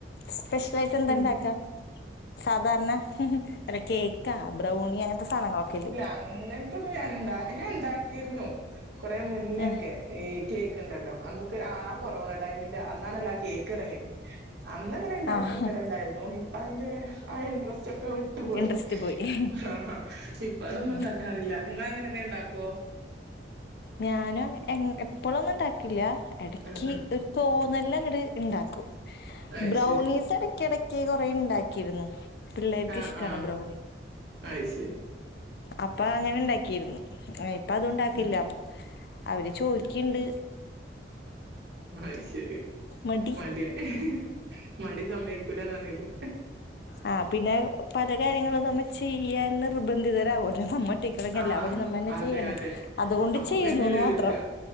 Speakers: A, on the left; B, on the right.
A: സ്പെഷ്യലായിട്ട് എന്താണ്ടാക്ക്വാ?
B: പി
A: സാധാരണ അല്ല കേക്കാ ബ്രൗണി അങ്ങനത്തെ സാധങ്ങളൊക്കെയില്ലെ.
B: അങ്ങൻത്തൊന്നും ഞാൻ ഇണ്ട ഞാൻ ഇണ്ടാക്കിരുന്നു കൊറെ മുന്നെയൊക്കെ.
A: ഉം
B: ഈ കേക്കിണ്ടല്ലോ അന്നൊക്കെ ആഹ് കൊറോണ ടൈമിന്റെ അന്നാണല്ലോ ആ കേക്ക് ഇറങ്ങിയത്. അന്നങ്ങനെ ഇണ്ടാക്കി
A: ആഹ്
B: വെക്കലുണ്ടായിരുന്നു ഇപ്പ അതിന്റെ ആ ഇൻട്രസ്റ്റ് ഒ ക്കെ വിട്ടുപോയി
A: ഇൻട്രസ്റ്റ് പോയി
B: ഹാഹാ ഇപ്പൊ അതൊന്നുണ്ടാക്കാറില്ല
A: ഉം
B: നിങ്ങളങ്ങനെ എന്തേ ണ്ടാക്കോ?
A: ഞാനും അങ്ങ എങ് എപ്പളൊന്നും ഇണ്ടാക്കില്ല എടക്ക്
B: ആഹ്
A: ഒരു തോന്നലിലങ്ങട് ഇണ്ടാക്കും
B: ആഹ് അത്
A: ബ്രൗണീസെട
B: ശരി
A: ക്കെടക്ക് കൊറെ ഇണ്ടാക്കിയിരുന്നു പിള്ളേർക്ക്
B: ആഹ്
A: ഇഷ്ടാണ്
B: ആഹ്
A: ബ്രൗണി.
B: അത് ശരി
A: അപ്പൊ അങ്ങനെണ്ടാക്കിരുന്നു ഇപ്പ അതും ഉണ്ടാക്കില്ല.
B: ആഹ്
A: അവര് ചോയിക്കിണ്ട്.
B: അയ്ശരി.
A: മടി
B: മടിയാലേ. മടി സമ്മയ്ക്കൂലാന്നർഞ്ഞിലേ
A: ആഹ് പിന്നെ പല കാര്യങ്ങളും നമ്മ ചെയ്യാൻ നിർബന്ധിതരാവോലോ നമ്മട്ടി ക്കളെങ്ങി
B: ആഹ്
A: എല്ലാ പണീം നമ്മളന്നെ
B: അതെ
A: ചെയ്യണം.
B: അതെ
A: അതുകൊണ്ട്
B: അപ്പൊ
A: ചെയ്യുന്നൂന്ന്
B: പിന്നെത് എടുക്ക
A: മാത്രം